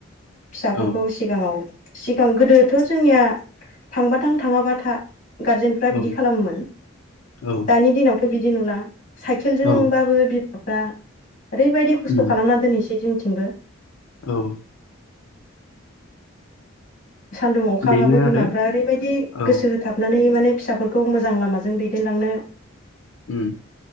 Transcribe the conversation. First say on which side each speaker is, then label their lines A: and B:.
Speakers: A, on the left (about 40°); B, on the left (about 75°).
A: फिसाफोरखौ
B: औ
A: सिगाङाव सिगां गोदोथ' जोंनिया थांबा थां थाङाबा था गारजेनफ्रा
B: औ
A: बिदि खालामोमोन
B: औ
A: दानि दिनावथ' बिदि नुला साइकेलजोंबाबो
B: औ
A: बिमाफ्रा ओरैबायदि खस्थ'
B: उम
A: खालामना दोनहैनोसै जोंनिथिंबो
B: औ
A: सान्दुं अखाबाबो
B: बेनो आरो
A: बिमाफ्रा ओरैबायदि
B: औ
A: गोसो होथाबनानै माने फिसाफोरखौ मोजां लामाजों दैदेनलांनो
B: उम